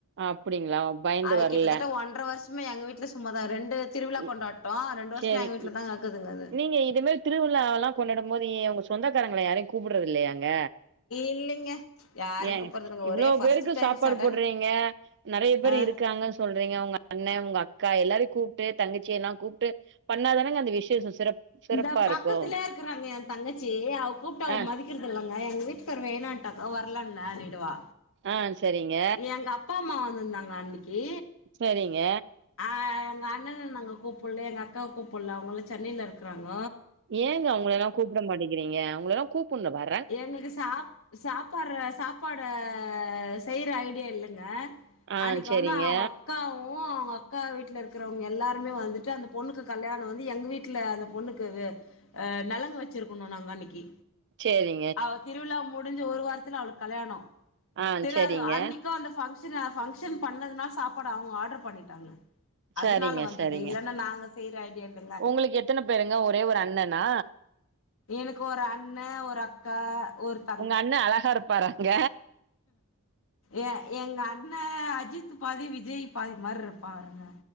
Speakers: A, on the right; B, on the left.
A: அப்டிங்களா பயந்து
B: அது
A: வரல
B: கிட்டத்தட்ட ஒன்றர வருஷமே எங்க வீட்டுல சும்மாதா ரெண்டு திருவிழா
A: இ
B: கொண்டா டோ ரெண்டு வருஷமா
A: சரி
B: எங்க வீட்டுல
A: இ
B: தா இருக்குதுங்க அது
A: நீங்க இதுமேல் திருவிழாவெல்லா கொண்டாடும் போது உங்க சொந்தக்காரங்கள யாரையும் கூப்ட்றது இல்லையாங்க
B: இல்லைங்க யாரையு
A: ஏங்க
B: கூப்பறதுல்லங்க
A: இவ்வளோ
B: ஒரே ஃபர்ஸ்ட்
A: பேருக்கு
B: டைம்
A: சாப்பாடு
B: சடனா
A: போடுறீங்க நெறைய பேர்
B: ஆ
A: இருக்காங்க சொல்றீங்க உங்க அண்ண உங்க அக்கா எல்லாரையு கூப்ட்டு தங்கச்சி எல்லா கூப் ட்டு பண்ணாதானங்க அந்த விஷேசம் சிறப் சிறப்பா
B: இந்தா பக்கத்திலே
A: இருக்கு
B: இருக்றாங்க ஏ தங்கச்சி அவ கூப்பிட்ட அவ
A: ஆ
B: மதிக் கிறதில்லங்க எங்க வீட்டுக்கார் வேணான்ட்டாக வரல நானிடுவா
A: ஆ சரிங்க
B: எங்க அப் அப்பா அம்மா வந்திருந்தாங்க அன்னைக்கி
A: செரிங்க
B: ஆ. ஆ எங்க அண்ணன நாங்க கூப்புல ஏ அக்காவ கூப்புல அவங்கலா சென்னையில இருக்குறாங்க
A: ஏங்க அவங்களெல்லா கூப்ட மாட்டேங்கிறீங்க அவங்களல்ல கூப்புடனு பா
B: எங்களுக்கு சா சாப்புற சாப்பாட செய்யுற ஐடியா இல்லங்க
A: ஆ
B: அன்னைக்கு
A: சரிங்க
B: வந்து அவங்க அக்காவு. அவங்க அக்கா வீட்ல இருக்கிறவங்க எல்லாருமே வந்துட்டு அந்த பொண்ணுக்கு கல்யாண வந்து எங்க வீட்ல அந்த பொண்ணுக்கு ஆ நலங்கு வச்சிருக்கணு நாங்க அன்னைக்கி
A: சேரி
B: அவ திருவிழா முடிஞ்சு ஒரு வாரத்துல அவளுக்கு கல்யாணோ
A: ஆ
B: தெரியாதோ
A: சரிங்க
B: அன்னைக்கு அந்த ஃபங்ஷ ன்னு ஃபங்ஷன் பண்ணதுனால சாப்பாடு அவங்க ஆர்டர் பண்ணிடாங்க
A: சரிங்க
B: அதனால வந்தது
A: சரிங்க
B: இல்லன்னா நாங்க செய்ற ஐடியா இல்லங்க
A: உங்களுக்கு எத்தன பேருங்க ஒரே ஒரு அண்ணனா
B: எனக்கு ஒரு அண்ணெ ஒரு அக்கா ஒருத்
A: உங்க அண்ணெ அழகா இருப்பாரங்க
B: ஏ எங்க அண்ணெ அஜித் பாதி விஜய் பாதி மாரி இருப்பாருங்க